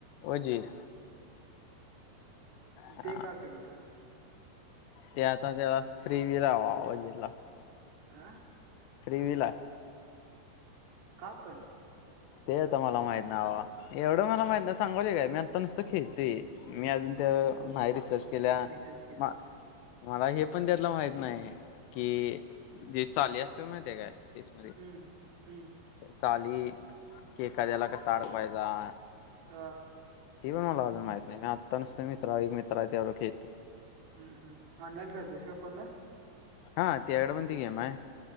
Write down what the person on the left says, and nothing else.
वजीर
हा
ते आता त्या फ्री <unintelligible>
त्रिविला
ते आता मला माहित नाय बाबा एवढं मला माहित नाही सागालोय काय मी आता नुस त खेळतोय मी आजून
त्या नाही रिसर्च केल्या
मा
मला हे पण त्यातलं माहित नाही कि जे चाली असतय माहिती हाय काय? चेस मध्ये
चाली की एखाद्याला कस आडकवायचा?
ते पण मला अजून माहित नाही मी आता नूसत मित्र एक मित्र आहे त्यावर खळतोय.
हा त्याकडं पण ती गेम हाय